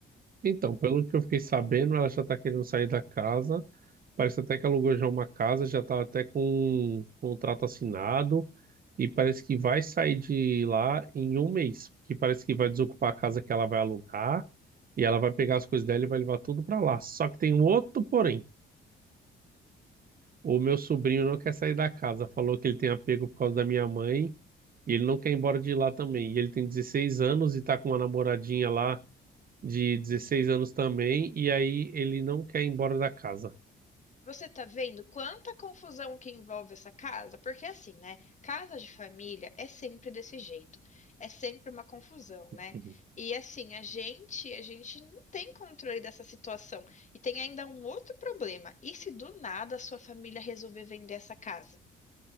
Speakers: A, on the right; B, on the left.
A: Então, pelo que eu fiquei sabendo, ela já está querendo sair da casa. Parece até que alugou já uma casa, já está até com um contrato assinado. E parece que vai sair de lá em um mês, que parece que vai desocupar a casa que ela vai alugar. E ela vai pegar as coisas dela e vai levar tudo pra lá. Só que tem um outro porém. O meu sobrinho não quer sair da casa. Falou que ele tem apego por causa da minha mãe. E ele não quer ir embora de lá também. E ele tem 16 anos e tá com uma namoradinha lá de 16 anos também. E aí ele não quer ir embora da casa.
B: Você tá vendo quanta confusão que envolve essa casa? Porque assim, né? Casa de família é sempre desse jeito. É sempre uma confusão, né?
A: Uhum.
B: E assim, a gente, a gente não tem controle dessa situação. E tem ainda um outro problema. E se do nada a sua família resolver vender essa casa?